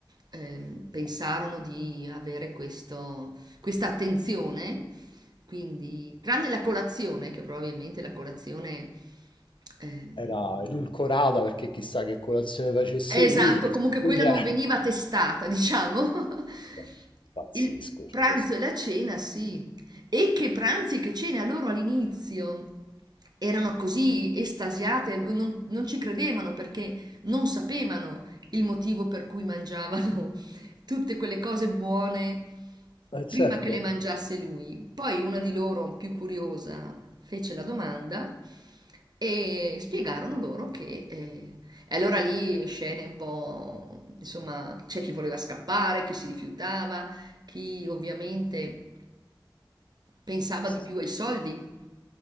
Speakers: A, on the right; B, on the left.
A: ehm, pensarono di avere questo- questa attenzione quindi, tranne la colazione, che probabilmente la colazione... ehm,
B: era edulcorata perché chissà che colazione facesse
A: eh, esatto,
B: lui.
A: comunque
B: Quindi
A: quella non
B: è
A: veniva testata, diciamo.
B: <laughs>
A: <laughs>
B: pazzesco.
A: Il
B: cioè,
A: pranzo
B: questo-
A: e la cena, sì. E che pranzi, che cena loro all'inizio. Erano così estasiate, non, non ci credevano perché non sapevano il motivo per cui mangiavano tutte quelle cose buone
B: Eh, certo.
A: prima che le mangiasse lui. Poi una di loro, più curiosa, fece la domanda e spiegarono loro che... eh, e allora lì scene un po', insomma, c'è chi voleva scappare, chi si rifiutava, chi ovviamente pensava
B: Sì,
A: di
B: sì.
A: più ai soldi.